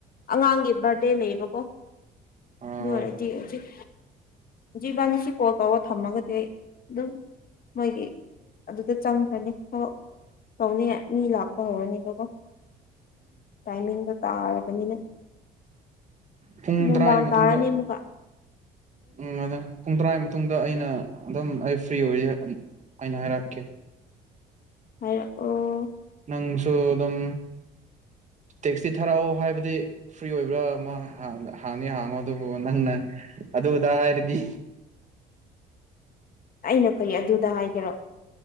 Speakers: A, on the left (about 50°); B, on the right (about 40°).
A: ꯑꯉꯥꯡꯒꯤ ꯕꯥꯔ ꯂꯩꯕꯀꯣ
B: ꯎꯝ
A: ꯂꯣꯏꯔꯗꯤ ꯍꯧꯖꯤꯛ ꯖꯤꯕꯥꯅꯤꯁꯤ ꯀꯣꯜ ꯇꯧꯑꯣ ꯊꯝꯃꯒꯗꯤ ꯑꯩ ꯑꯗꯨꯝ ꯃꯣꯏꯒꯤ ꯑꯗꯨꯗ ꯆꯪꯈ꯭ꯔꯅꯤ ꯊꯕꯛ ꯇꯧꯅꯤꯉꯥꯏ ꯃꯤ ꯂꯥꯛꯄ ꯍꯧꯔꯅꯤꯕꯀꯣ ꯇꯥꯏꯃꯤꯡ ꯗꯣ ꯇꯥꯔꯕꯅꯤꯅ
B: ꯄꯨꯡ
A: ꯅꯨꯡꯗꯥꯡ
B: ꯇꯔꯥꯒꯤ ꯃꯇꯨꯡꯗ
A: ꯇꯥꯔꯅꯤ ꯑꯃꯨꯛꯀ
B: ꯎꯝ ꯑꯗꯨꯅ ꯄꯨꯡ ꯇꯔꯥꯒꯤ ꯃꯇꯨꯡꯗ ꯑꯩꯅ ꯑꯗꯨꯝ ꯑꯩ ꯐ꯭ꯔꯤ ꯑꯣꯏꯌꯦ ꯑꯩꯅ ꯍꯥꯏꯔꯛꯀꯦ
A: ꯍꯥꯔꯛ ꯑꯣ
B: ꯑꯪꯁꯨ ꯗꯨꯝ ꯇꯦꯛꯁꯇꯤ ꯊꯥꯔꯛꯑꯣ ꯍꯥꯏꯕꯗꯤ ꯐ꯭ꯔꯤ ꯑꯣꯏꯕ꯭ꯔꯥ ꯃꯥ ꯍꯥꯡꯅꯤ ꯍꯥꯡꯉꯣ ꯑꯗꯨꯕꯨ ꯅꯪꯅ ꯑꯗꯨ ꯑꯗꯥ ꯍꯥꯏꯔꯗꯤ
A: ꯑꯩꯅ ꯀꯩ ꯑꯗꯨ ꯑꯗ ꯍꯥꯏꯒꯦꯔꯣ